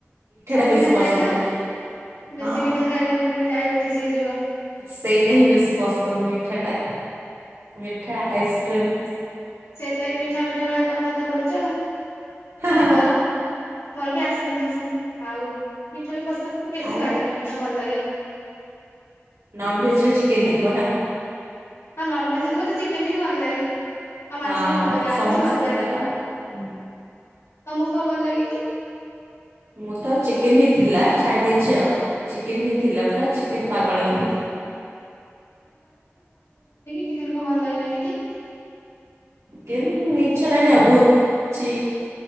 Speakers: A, on the left; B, on the right.
A: ସବୁ
B: ଟା
A: ମିଠା
B: ବେଶୀ
A: ଖାଇଯାଅ।
B: ପସନ୍ଦ ମତେ ହଁ।
A: ବେଶୀ ମିଠା ଖାଇବନି ପୁଣି ଡାଇବେଟିସି ହେଇଯିବ।
B: ସେଇଟା ହିଁ ବେଶୀ ପସନ୍ଦ ମିଠାଟା ମିଠା ଆଇସ୍କ୍ରିମ୍।
A: ସେଇଥିଲାଗି ମିଠା ମିଠା ଭଳିଆ କଥାବାର୍ତ୍ତା କରୁଚ
B: ହା ହା
A: ମୋର
B: ହା।
A: ମୋର ବି ଆସ୍ କ୍ରିମ୍ ପସନ୍ଦ ଆଉ ମିଠା ବି ପସନ୍ଦ କି ବେଶୀ
B: ଆଉ
A: ଲାଗେନି ମିଠା ଭଲ ଲାଗେନି।
B: ନନଭେଜ୍ ରେ ଚିକେନ ହେଇଥିବ ନା।
A: ହଁ ନନଭେଜ୍ ରେ ମତେ ଚିକେନ୍ ହିଁ ଭଲ ଲାଗେ। ଆଉ ମାଛ
B: ହଁ
A: ବି ଭଲ ଲାଗେ ଆଉ
B: ସମସ୍ତିଙ୍କର
A: କିଛି ଭଲ ଲାଗେନି।
B: ହୁଁ
A: ତମକୁ କଣ ଭଲ ଲାଗେ କି?
B: ମୁଁ ତ ଚିକେନ ହିଁ ଥିଲା ଛାଡି ଦେଇଚି ଆଉ ଚିକେନ୍ ହିଁ ଥିଲା ପୁରା ଚିକେନ୍ ପାଗଳ ଥିଲି। <inaudible>
A: ଚିକେନ୍ କଣ ଭଲ ଲାଗିଲାନି କି?
B: କେନ୍ ଇଚ୍ଛା ହେଲାନି ବହୁତ୍ କିଛି